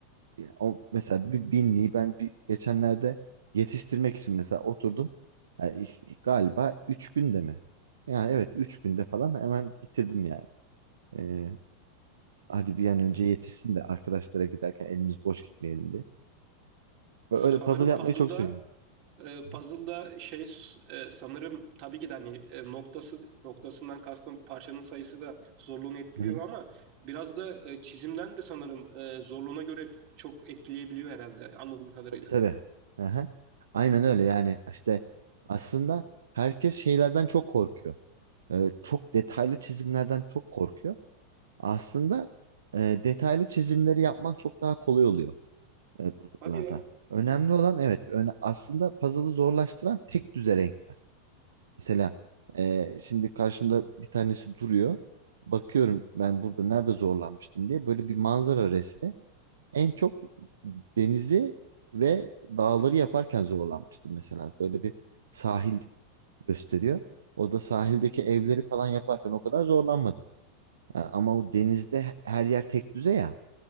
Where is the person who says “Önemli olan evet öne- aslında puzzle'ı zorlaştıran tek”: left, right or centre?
Right